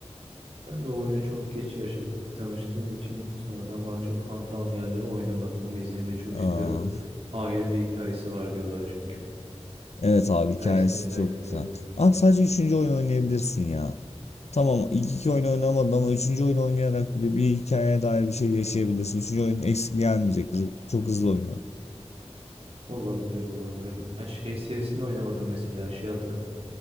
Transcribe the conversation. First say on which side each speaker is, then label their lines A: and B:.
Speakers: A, on the right; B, on the left.
A: Ben o oyunu çok geç yaşa tanıştığım için sonradan bana çok hantal geldi ve oynamadım ama izlemeyi çok istiyorum.
B: Aa,
A: Ayrı bir hikayesi var diyorlar çünkü.
B: evet abi
A: Hikayesini
B: hikayesi
A: merak
B: çok
A: ediyorum.
B: güzel. Abi sadece üçüncü oyun oynayabilirsin ya. Tamam ilk iki oyunu oynamadın ama üçüncü oyunu oynayarak bile bir hikayeye dair bir şey yaşayabilirsin. Üçüncü oyun eksik gelmeyecektir. Çok hızlı oynar.
A: Olabilir olabilir. Ben şey serisinde oynamadım mesela Shelter.